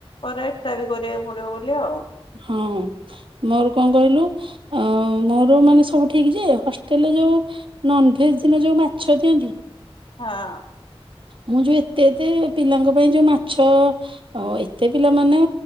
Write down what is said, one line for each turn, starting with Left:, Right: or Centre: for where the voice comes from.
Left: ପରେ ଏଟା ବି କରିବାକୁ ପଡିବ ବୋଲି ଆଉ।
Right: ହଁ, ମୋର କଣ କହିଲୁ ଅଁ ମୋର ମାନେ ସବୁ ଠିକ୍ ଯେ ହଷ୍ଟେଲରେ ଯୋଉ ନନଭେଜ୍ ଦିନ ଯୋଉ ମାଛ ଦିଅନ୍ତି।
Left: ହଁ।
Right: ମୁଁ ଯୋଉ ଏତେ ଏତେ ପିଲାଙ୍କ ପାଇଁ ଯୋଉ ମାଛ ହଁ ଏତେ ପିଲା ମାନେ